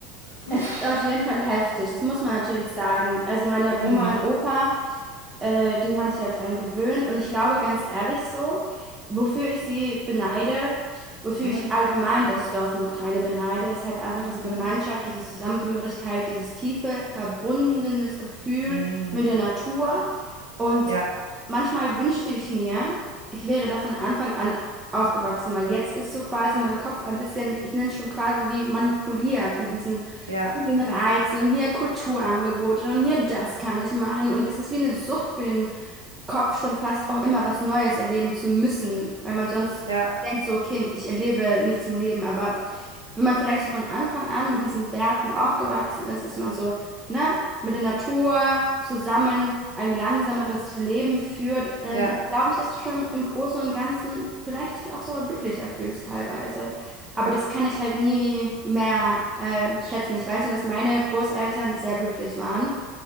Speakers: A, on the right; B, on the right.
A: Uff.
B: Es ist auf jeden Fall heftig, das muss man natürlich sagen. Also meine
A: Mhm.
B: Oma und Opa, äh, die haben sich halt dran gewöhnt und ich glaube ganz ehrlich so, wofür ich sie beneide, wofür
A: Mhm.
B: ich allgemein das Dorf in der Ukraine beneide, ist halt einfach diese Gemeinschaft,
A: Mhm.
B: diese Zusammengehörigkeit, dieses tiefe, verbundenes Gefühl
A: Mhm.
B: mit der Natur. Und
A: Ja,
B: manchmal wünschte ich mir, ich wäre da von Anfang an aufgewachsen, weil jetzt ist so quasi mein Kopf ein bisschen, ich nenne es schon quasi wie manipuliert mit diesen
A: ja,
B: vielen Reizen und hier Kulturangebote und hier das kann ich machen. Und es ist wie eine Sucht für den Kopf schon fast auch immer was Neues erleben zu müssen, weil man sonst
A: ja,
B: denkt so, okay, ich erlebe nichts im Leben. Aber wenn man vielleicht so von Anfang an mit diesen Werten aufgewachsen ist, ist man so, ne, mit der Natur zusammen ein langsameres Leben führt, dann
A: ja.
B: glaube ich, dass du schon im Großen und Ganzen vielleicht dich auch sogar glücklicher fühlst teilweise. Aber das kann ich halt nie mehr äh, schätzen. Ich weiß nur, dass meine Großeltern sehr glücklich waren.